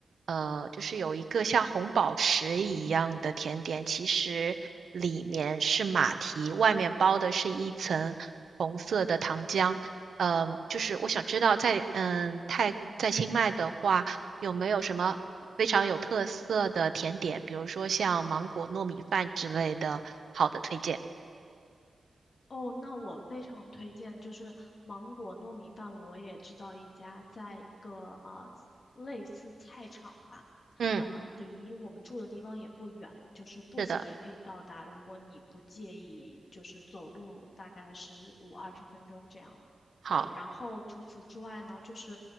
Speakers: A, on the right; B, on the left.
A: 呃，就是有一个像红宝石一样的甜点，其实里面是马蹄，外面包的是一层红色的糖浆。嗯、就是我想知道在嗯泰在清迈的话。有没有什么非常有特色的甜点，比如说像芒果糯米饭之类的好的推荐？
B: 哦，那我非常推荐，就是芒果糯米饭，我也知道一家，在一个啊、呃类似菜场吧，
A: 嗯，
B: 啊，离我们住的地方也不远，就是步行也可以到达。
A: 是的，
B: 如果你不介意，就是走路大概十五二十分钟这样。
A: 好，
B: 对，然后除此之外呢，就是